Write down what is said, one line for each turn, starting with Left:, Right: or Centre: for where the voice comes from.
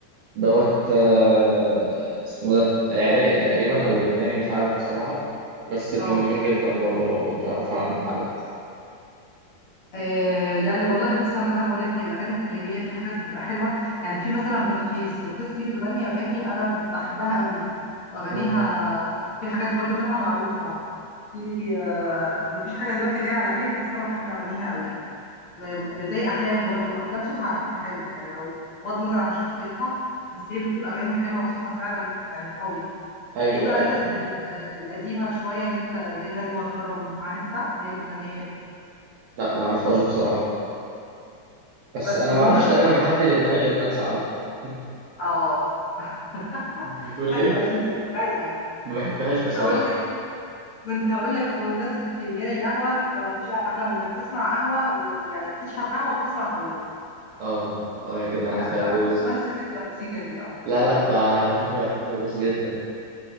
Right: دوت آه، اسمه ده عراقي تقريبا او لبناني مش عارف بصراحة بس كان
Left: اه
Right: جميل جدا برضه لو تعرف عن حاجات
Left: آه يعني والله بص انا زي ما بقول لك هي الاغاني الخليجيه في حاجات بتبقى حلوه يعني في مثلا بلقيس بلقيس دي بتغني اغاني انا بحبها قوي واغانيها
Right: مم.
Left: في حاجات برضو منها معروفه في آه مفيش حاجه دلوقتي جايه على بالي بس انا بحب اغانيها قوي و- آه، زي احلام برضو احلام صوتها على فكره حلو يعني لو بغض النظر عن شخصيتها بس هي بتقول اغاني حلوه وصوتها فعلا يعني قوي
Right: ايوه
Left: في بقى
Right: ايوه
Left: ناس آه، القديمه شويه زي نجوى كرم عارفها اللي هي اللبنانيه دي
Right: لا ما اعرفهاش بصراحة بس
Left: بس
Right: انا
Left: وبمناسبه
Right: ما اعرفش تقريبا حد لبناني غير نانسي عجرم <laughs>
Left: اه <laughs>
Right: انت بتقول
Left: حلوه
Right: ايه
Left: نانسي رايقه
Right: ما بحبهاش بصراحة
Left: كنت هقول لك كنت هقول لك بمناسبه فنجان القهوه فما فيش احلى من انك تسمع قهوه ويعني تشرب قهوه وتسمع فيروز
Right: اه اه يا جدعان
Left: لا
Right: فيروز
Left: جرب تتمزج التمزيكه دي اه
Right: لا لا ب- على فكرة بحب فيروز جدا